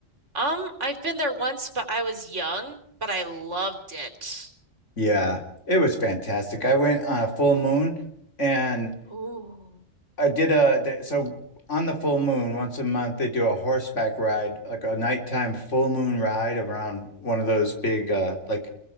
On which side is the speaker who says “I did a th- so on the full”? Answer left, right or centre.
Left